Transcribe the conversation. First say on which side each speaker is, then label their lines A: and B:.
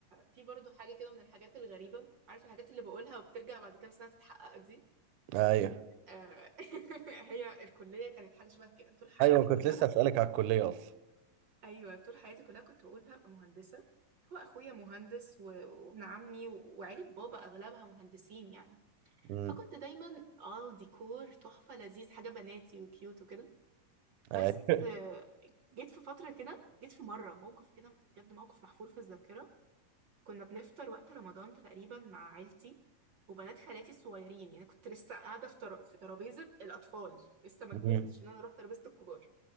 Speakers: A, on the right; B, on the right.
A: في برضه حاجه كده من الحاجات الغريبه عارف الحاجات اللي بقولها وبترجع بعد كام سنه تتحقق دي
B: أيوه
A: آه، <laughs> هي الكليه كانت حاجه شبه كده طول حياتي
B: أيوه كنت
A: كلها
B: لسه أسألك على الكلية أصلا
A: ايوه طول حياتي كلها كنت بقول هبقى مهندسه هو اخويا مهندس و- وابن عمي و- وعيله بابا اغلبها مهندسين يعني
B: امم
A: فكنت دايما اه ديكور تحفه لذيذ حاجه بناتي وكيوت وكده بس
B: أيوه
A: آه، جيت في فترة كده جيت في مرة موقف كده بجد موقف محفور في الذاكرة كنا بنفطر وقت رمضان تقريبا مع عيلتي وبنات خالاتي الصغيرين يعني كنت لسه قاعدة في تر... في ترابيزة الأطفال لسه ما
B: <laughs>
A: كبرتش
B: أمم.
A: إن أنا أروح ترابيزة الكبار